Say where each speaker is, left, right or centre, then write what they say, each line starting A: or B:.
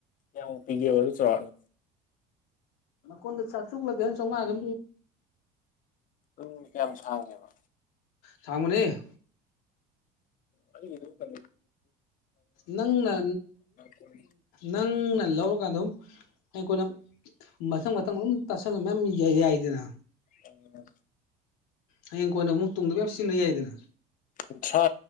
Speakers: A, on the left; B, on the left.
A: ꯌꯥꯝ ꯄꯒꯦ ꯑꯣꯏ ꯆꯅ
B: ꯀꯣꯟꯗ ꯆꯥꯛ ꯆꯨꯛꯂꯒ ꯆꯪꯉꯒ
A: ꯎꯝ ꯀꯌꯥꯝ ꯁꯥꯡꯒꯦꯕ
B: ꯊꯃ ꯃꯅꯤ
A: ꯑ ꯀ
B: ꯅꯪꯅ
A: ꯀꯨꯟ
B: ꯅꯪꯅ ꯂꯧꯔꯀꯥꯟꯗ ꯑꯗꯨꯝ ꯑꯩꯈꯣꯏꯅ ꯃꯊꯪ ꯃꯊꯪ ꯑꯗꯨꯝ ꯇꯥꯁꯟꯕ ꯃꯌꯥꯝ ꯌ ꯌꯥꯏꯗꯅ
A: ꯎꯝ
B: ꯍꯌꯦꯡ ꯀꯣꯟꯅ ꯑꯃꯨꯛ ꯇꯨꯡꯗꯕꯨ ꯌꯥꯝ ꯁꯤꯖꯤꯟꯅ ꯌꯥꯏꯗꯅ
A: ꯀꯨꯟꯊ꯭ꯔꯥ